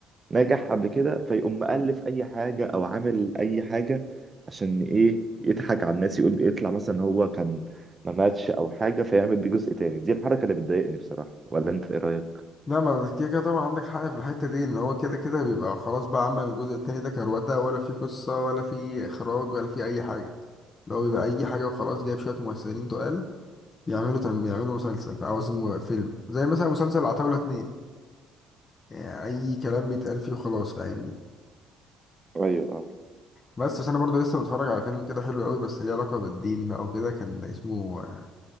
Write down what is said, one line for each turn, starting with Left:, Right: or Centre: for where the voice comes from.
Right: نجح قبل كده فيقوم مألف أي حاجة أو عامل أي حاجة عشان إيه يضحك على الناس يقول يطلع مثلا إن هو كان ما ماتش أو حاجة فيعمل بيه جزء تاني دي الحركة اللي بتضايقني بصراحة ولا أنت إيه رأيك؟
Left: لا ما أنا كده كده طبعا عندك حق في الحتة دي ان هو كده كده بيبقى خلاص بقى عمل الجزء التاني ده كروتة ولا في قصة ولا في اخراج ولا في اي حاجة اللي هو بيبقى اي حاجة وخلاص جايب شوية ممثلين تقال بيعملوا تم بيعملوا مسلسل في عوازم فيلم زي مثلا مسلسل عتاولة اتنين يعني اي كلام بيتقال فيه وخلاص فاهمني
Right: ايوه اه
Left: بس بس انا برضو لسه متفرج على فيلم كده حلو قوي بس ليه علاقة بالدين بقى وكده كان اسمه آه،